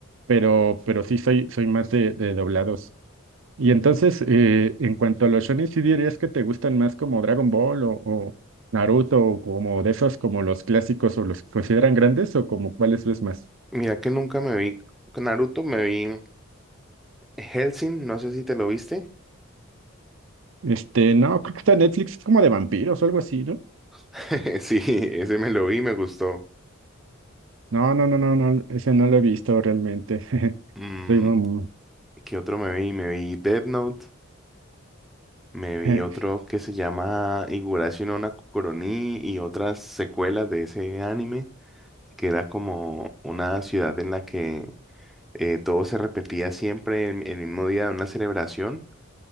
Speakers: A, on the right; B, in the centre.
A: pero, pero sí soy, soy más de, de doblados. Y entonces, eh, en cuanto a los shonen, ¿sí dirías que te gustan más como Dragon Ball o, o Naruto o como de esos como los clásicos o los que consideran grandes o como cuáles ves más?
B: Mira que nunca me vi con Naruto, me vi Hellsing, no sé si te lo viste.
A: Este, no, creo que está en Netflix, es como de vampiros o algo así, ¿no?
B: <laughs> Sí, ese me lo vi, me gustó.
A: No, no, no, no, no, ese no lo he visto realmente. <laughs>
B: Mm,
A: Soy muy-
B: ¿qué otro me vi? Me vi Death Note. Me
A: <laughs>
B: vi otro que se llama Higurashi no Nakoroni y otras secuelas de ese anime. que era como una ciudad en la que eh, todo se repetía siempre en, en el mismo día de una celebración